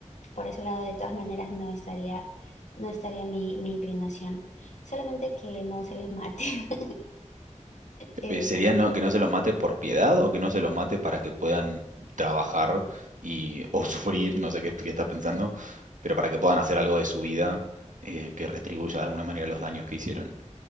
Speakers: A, on the left; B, on the right.
A: por ese lado, de todas maneras, no estaría, no estaría mi, mi inclinación. Solamente que no se les mate. <laughs> Eh,
B: Eh, ¿Sería no- que no se los mate por piedad o que no se los mate para que puedan trabajar y, o sufrir, no sé qué, qué estás pensando, pero para que puedan hacer algo de su vida eh, que retribuya de alguna manera los daños que hicieron?